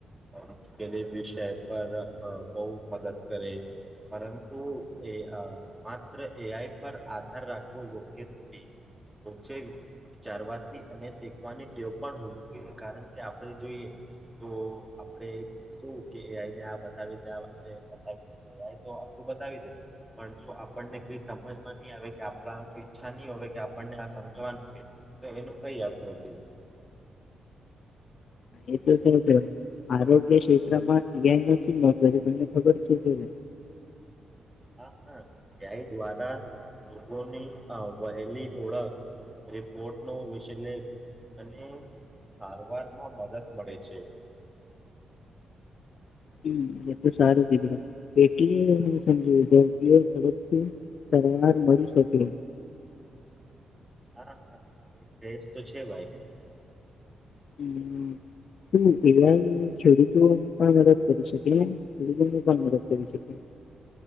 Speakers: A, in the centre; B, on the left.
A: અહ મુશ્કેલી વિષય પર અહ બહુ મદદ કરે. પરંતુ એ અહ માત્ર એ આઈ પર આધાર રાખવો યોગ્ય નથી. <unintelligible> ચારવાથી અને શીખવાની ટેવ પણ હોવી જોઈએ, કારણ કે આપણે જોઈએ તો આપડે શું કે આ આઈ ને આ બતાવી <unintelligible> લાય તો આખું બતાવી દે. પણ જો આપણને કઈ સમજમાં નહી આવે કે આપણા આ ઈચ્છા નહી હો કે આપણને આ સમજવાનું છે. તો એનું કઈ અથૅ નથી.
B: એ તો છે જ વાય આરોગ્ય ક્ષેત્રમાં એઆ નથી મહત્વ તમને ખબર છે કે ભ
A: હા હા ધ્યાય દ્વારા રોગોની અ વહેલી ઓળખ. રિપોર્ટ નો વિષલેખ અને સારવારમાં મદદ મળે છે.
B: હમ એટલ સારું કીધું તમે એટલે હું સમજ દર્દીઓ ઝડપથી સરવાર મળી શકે.
A: હા હા એ ટેસ્ટ તો છે ભાઈ.
B: હ હ શું એેઆઇ ખેડૂતો પણ મદદ કરી શકે ને. થોડી ગળી પણ મદદ કરી શકે.